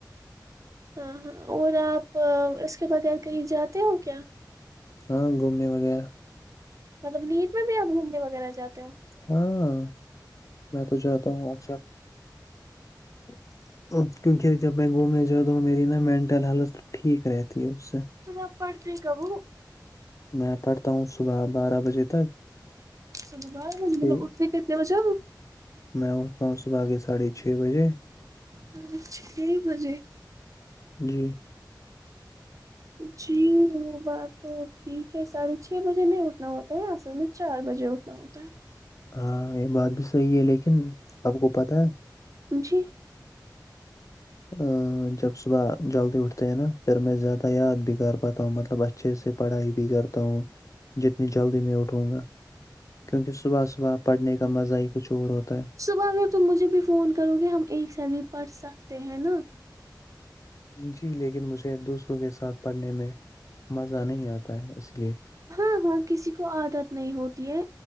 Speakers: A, on the right (about 45°); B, on the left (about 45°).
A: ہاں ہاں اور آپ اس کے بغیر کہیں جاتے ہو کیا
B: ہاں گھومنے وغیرہ <unintelligible>
A: مطلب نیٹ میں بھی آپ گھومنے وغیرہ جاتے ہو
B: ہاں میں تو جاتا ہوں اکثر <unintelligible> ہ <unintelligible> کیونکہ جب میں گھومنے جا <unintelligible> میری نا مینٹل ہیلتھ ٹھیک رہتی ہے اس <unintelligible>
A: سناپ پڑتے گ وہو
B: میں پڑھتا ہوں صبح بارہ بجے تک
A: چلو بارہ بجے
B: پھر
A: مطلب اٹھتے کتنے بجے ہو <unintelligible>
B: میں اٹھتا ہوں صبح کے ساڑھے چھ بجے <unintelligible>
A: سال چھ بجے <unintelligible>
B: جی <unintelligible>
A: جی وہ بات تو ٹھیک ہے ساڑھے چھ بجے نہیں اٹھنا ہوتا ہے آصل میں چار بجے اٹھنا ہوتا ہے
B: ہاں یہ بات بھی صحیح ہے لیکن لیکن آپ کو پتا ہے <unintelligible>
A: جی <unintelligible>
B: ا جب صبح جلدی اٹھتے ہیں نا پھر میں زیادہ یاد بھی کر پاتا ہوں مطلب اچھے سے پڑھائی بھی کرتا ہوں جتنی جلدی میں اٹھوں گا کیونکہ صبح صبح پڑھنے کا مزہ ہی کچھ اور ہوتا ہے
A: صبح اگر تم مجھے بھی فون کرو گے ہم ایک ساتھ بھی پڑھ سکتے ہیں نا <unintelligible>
B: جی لیکن مجھے دوسروں کے ساتھ پڑھنے میں مزہ نہیں آتا ہے اس لیے
A: ہاں ہاں کسی کو عادت نہیں ہوتی ہے